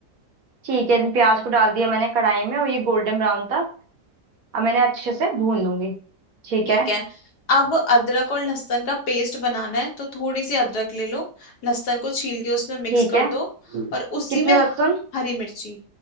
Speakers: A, on the right; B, on the left.
A: ठीक है इन प्याज को डाल दिया मैंने कढ़ाई में और ये गोल्डन ब्राउन था अब मैंने अच्छे से भून लूंगी ठीक
B: ठीक
A: है
B: है अब अदरक और लहसुन का पेस्ट बनाना है तो थोड़ी सी अदरक ले लो लहसुन को छील के उसमें मिक्स
A: ठीक
B: कर
A: है
B: दो और उसी
A: कितने
B: में
A: लहसुन
B: हरी मिर्ची